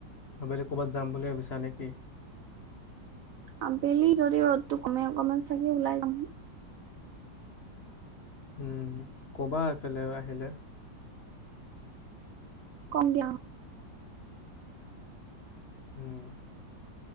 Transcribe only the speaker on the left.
আবেলি ক'বাত যাম বুলি ভাৱিছা নেকি?
উম, কবা এইফালেও আহিলে।
উম